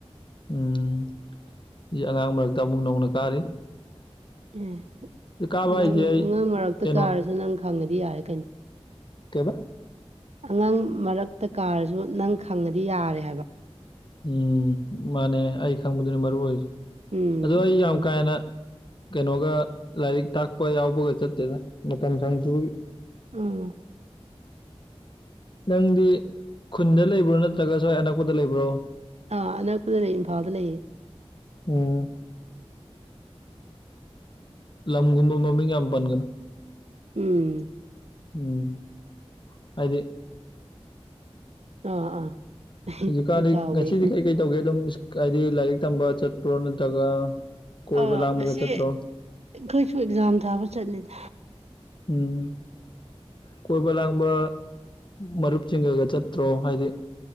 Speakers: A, on the left (about 50°); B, on the right (about 80°).
A: ꯎꯝ ꯁꯤꯦ ꯑꯉꯥꯡ ꯃꯔꯛꯇ ꯑꯃꯨꯛ ꯅꯧꯅ ꯀꯥꯔꯤ
B: ꯑꯦ
A: ꯀꯥꯕ
B: ꯅꯪ
A: ꯍꯥꯏꯁꯦ ꯑꯩ
B: ꯑꯉꯥꯡ ꯃꯔꯛꯇ
A: ꯀꯩꯅꯣ
B: ꯀꯥꯔꯁꯨ ꯅꯪ ꯈꯪꯉꯗꯤ ꯌꯥꯔꯦ ꯀꯩꯅꯣ
A: ꯀꯕ
B: ꯑꯉꯥꯡ ꯃꯔꯛꯇ ꯀꯥꯔꯁꯨ ꯅꯪ ꯈꯪꯉꯗꯤ ꯌꯥꯔꯦ ꯍꯥꯏꯕ
A: ꯎꯝ ꯃꯥꯅꯦ ꯑꯩ ꯈꯪꯕꯗꯨꯅ ꯃꯔꯨ ꯑꯣꯏ
B: ꯎꯝ
A: ꯑꯗꯣ ꯑꯩ
B: ꯆꯨꯝ
A: ꯌꯥꯝ ꯀꯥꯦꯟꯅ ꯀꯩꯅꯣꯒ ꯂꯥꯏꯔꯤꯛ ꯇꯥꯛꯄ ꯌꯥꯎꯕꯒ ꯆꯠꯇꯦꯗ ꯃꯇꯝ ꯁꯪꯁꯨ
B: ꯎꯝ
A: ꯅꯪꯗꯤ ꯈꯨꯟꯗ ꯂꯩꯕ꯭ꯔꯣ ꯅꯠꯇ꯭ꯔꯒ ꯁ꯭ꯋꯥꯏ ꯑꯅꯛꯄꯗ ꯂꯩꯕ꯭ꯔꯣ
B: ꯑ ꯑꯅ ꯄꯨꯗ ꯂꯩ ꯐꯥꯗ ꯂꯩꯌꯦꯦ
A: ꯎꯝ ꯂꯝꯒꯨꯝꯕ ꯃꯃꯤꯡ ꯌꯥꯝ ꯄꯟꯒꯅ
B: ꯎꯝ
A: ꯎꯝ ꯍꯥꯏꯗꯤ
B: ꯑꯥ ꯑꯥ
A: ꯍꯧꯖꯤꯛꯀꯥꯟꯗꯤ
B: ꯑꯩ ꯀꯥꯎꯕꯩ
A: ꯉꯁꯤꯗꯤ ꯀꯩꯀꯩ ꯇꯧꯒꯦ ꯑꯗꯨꯝ ꯍꯥꯏꯗꯤ ꯂꯥꯏꯔꯤꯛ ꯇꯝꯕ ꯆꯠꯄ꯭ꯔꯣ ꯅꯠꯇ꯭ꯔꯒ ꯀꯣꯏꯕ
B: ꯑ
A: ꯂꯥꯡꯕꯒ
B: ꯉꯁꯤ
A: ꯆꯠꯇ꯭ꯔꯣ
B: ꯑꯩꯈꯣꯏꯁꯨ ꯑꯦꯛꯖꯥꯝ ꯊꯥꯕ ꯆꯠꯂꯤꯗ
A: ꯎꯝ ꯀꯣꯏꯕ ꯂꯥꯡꯕ ꯃꯔꯨꯞꯁꯤꯡꯒꯒ ꯆꯠꯇ꯭ꯔꯣ ꯍꯥꯏꯗꯤ